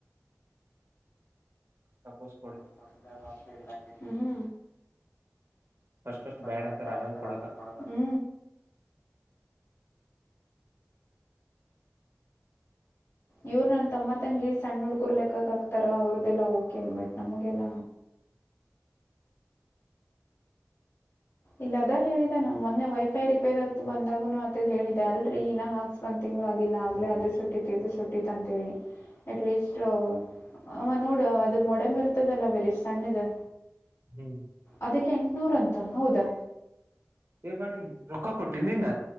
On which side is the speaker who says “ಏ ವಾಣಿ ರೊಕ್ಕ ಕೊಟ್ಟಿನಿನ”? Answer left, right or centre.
Right